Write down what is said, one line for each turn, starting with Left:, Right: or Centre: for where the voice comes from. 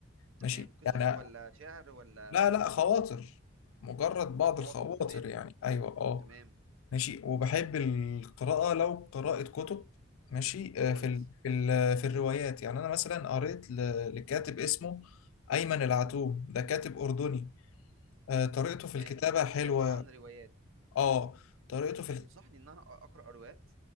Right: تمام
Left: ماشي
Right: قصص
Left: يعني
Right: ولا شعر ولا
Left: لا لا خواطر مجرد بعض
Right: خواطر
Left: الخواطر
Right: تمام
Left: يعني ايوه اه
Right: تمام
Left: ماشي وبحب القراءة لو قراءة كتب ماشي آه،
Right: كويس
Left: في ال في ال في الروايات يعني انا مثلا قريت ل- لكاتب اسمه أيمن
Right: مم.
Left: العتوم ده كاتب أردني آه، طريقته
Right: تمام
Left: في الكتابة حلوة
Right: ده طبعا روايات
Left: اه طريقته
Right: طب انت
Left: في ال...
Right: تنصحني ان انا اقرا روايات